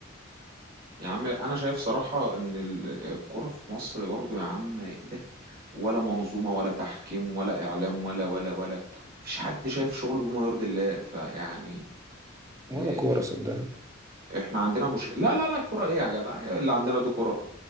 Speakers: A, on the right; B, on the right.
A: يا عم انا شايف صراحة ان ال- الكرة في مصر برضو يا عم ايه ده ولا منظومة ولا تحكيم ولا اعلام ولا ولا ولا مفيش حد شايف شغله بما يرضي الله فيعني
B: ولا
A: إيه،
B: كورة
A: في-
B: صدقني
A: احنا عندنا
B: <laughs>
A: مشكلة لا لا لا كرة ايه يا جدع اللي عندنا دي كرة